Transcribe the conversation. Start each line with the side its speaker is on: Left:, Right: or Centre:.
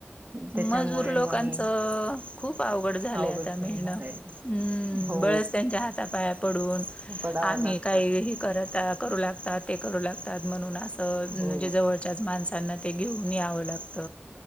Right: त्याच्यामुळे
Left: मजूर लोकांचं!
Right: मग
Left: खूप अवघड झालंय
Right: अवघड
Left: आता मिळणं
Right: झालंय
Left: हम्म
Right: हो
Left: बळच त्यांच्या हाता पाया पडून
Right: पडावं
Left: आम्ही
Right: लागत
Left: काहीही हे करत करू लागतात ते करू लागतात म्हणून असं
Right: हो
Left: म्हणजे जवळ त्याच माणसांना ते घेऊन ही यावं लागत